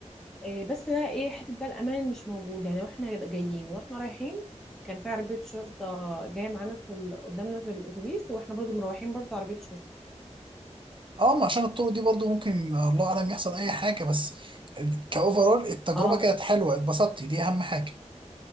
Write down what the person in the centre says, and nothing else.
آه، بس بقى ايه حتة بقى الأمان مش موجود يعني واحنا جايين واحنا رايحين كان في عربية شرطة جاية معانا في ال- قدامنا في الأتوبيس واحنا برضو مروحين برضو عربية شرطة
اه